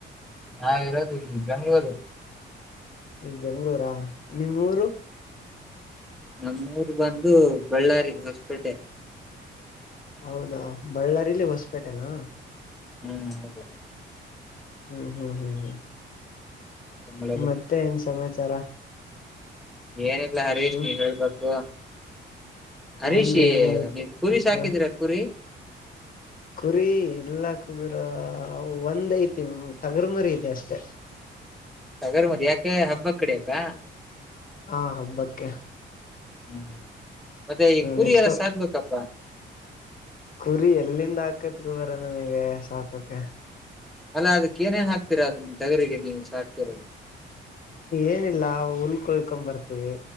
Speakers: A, in the centre; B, on the left (about 45°).
A: ನಾವಿರೋದು ಇಲ್ಲಿ ಬೆಂಗ್ಳೂರು
B: ಈ ಬೆಂಗ್ಗಳೂರಾ ನಿಮ್ಮ್ ಊರು
A: ನಮ್ಮೂರ್ ಬಂದು ಬಳ್ಳಾರಿ ಹೊಸ್ಪೇಟೆ
B: ಹೌದಾ ಬಳ್ಳಾರಿಲ್ಲಿ ಹೊಸ್ಪೇಟೆನಾ
A: ಹ್ಮ್ ಹೌದು
B: ಹ್ಮ್ ಹ್ಮ್ ಹ್ಮ್ ಹ್ಮ್
A: ಮಳೆ
B: ಮತ್ತೆ ಏನ್ ಸಮಾಚಾರ
A: ಏನೆ ಇಲ್ಲ ಹರೀಶ್
B: ಹ್ಮ್
A: ನೀವ್ ಹೇಳ್ಬೇಕು ಹರೀಶಿ
B: ನಮ್ದ ಏನ ಐತೆ
A: ನೀವ ಕುರಿ ಸಾಕಿದೀರಾ
B: ಹ
A: ಕುರಿ
B: ಕುರಿ ಎಲ್ಲಾ ಕುಬೀರ ಒಂದ್ ಐತಿ ತಗರ್ಮರಿ ಇದೆ ಅಷ್ಟೇ
A: ಸಗರ್ ಮದ ಯಾಕೆ ಹಬ್ಬ ಕಡೆ ವ್ಯ
B: ಹಾ ಹಬಕ್ಕೆ
A: ಹ್ಮ ಮತ್ತೆ ಈ ಕುರಿ
B: ನೆಕ್ಸ್ಟ್
A: ಎಲ್ಲ ಸಾಕ್ಬೇಕಪ್ಪಾ
B: ಕುರಿ ಎಲ್ಲಿಂದ ಹಾಕತ್ ಕುಬೇರ ನಮ್ಗೆ ಸಾಕೋಕ
A: ಅಲ್ಲ ಅದ್ ಏನೇನ್ ಹಾಕ್ತಿರ ಅದ್ ತಗರಿಗೆ ನೀವ್ ಸಾಕ್ ತೆರ
B: ಏನಿಲ್ಲ ಉಲ್ ಕುಯ್ಕೋ ಬರ್ತೀವಿ